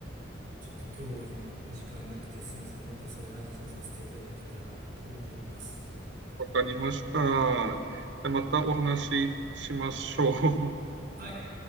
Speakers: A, on the right; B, on the right.
A: ちょっと今日は今、時間なくてすいません。またそういう話をさせていただけたらと思います。
B: わかりました。じゃあまたお話ししましょう。
A: はい。